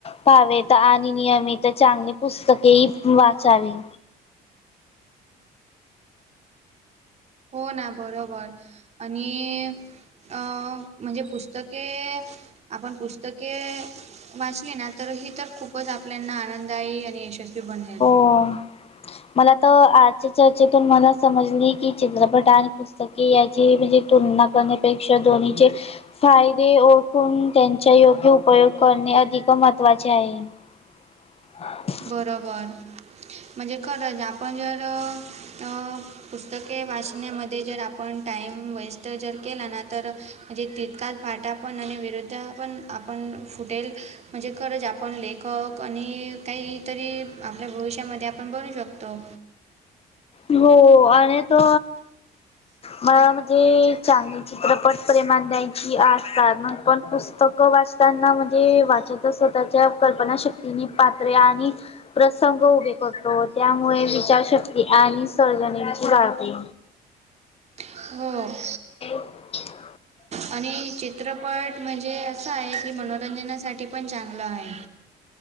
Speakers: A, on the left; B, on the right.
A: पाहवेत आणि नियमित चांगली पुस्तकेही वाचावी.
B: हो ना बरोबर आणि म्हणजे अ पुस्तके आपण पुस्तके वाचली ना तर ही तर खूपच आपल्याना आनंददायी आणि यशस्वी बनेल.
A: हो मला तर आजच्या चर्चेतून मला समजली की चित्रपट आणि पुस्तके याची म्हणजे तुलना करण्यापेक्षा दोन्हीचे फायदे ओळखून त्यांचा योग्य उपयोग करणे अधिक महत्त्वाचे आहे. <inaudible>
B: बरोबर म्हणजे खरंच आपण जर अ पुस्तके वाचण्यामध्ये जर आपण टाइम वेस्ट जर केला ना तर म्हणजे तितकाच फाटा पण आणि विरुद्ध पण आपण फुटेल म्हणजे खरच आपण लेखक आणि काहीतरी आपल्या भविष्यामध्ये आपण बनू शकतो.
A: हो आणि तो
B: <inaudible>
A: मला म्हणजे चांगले चित्रपट प्रेमान द्यायची आसतात मग पण पुस्तक क वाचताना म्हणजे वाचा तर स्वतःच्या कल्पना शक्तीनी पात्रे आणि प्रसंग उभे करतो त्यामुळे विचारशक्ती आणि सर्जनेची गाळते
B: हो
A: <unintelligible>
B: आणि चित्रपट म्हणजे असा आहे की मनोरंजनासाठी पण चागला आहे.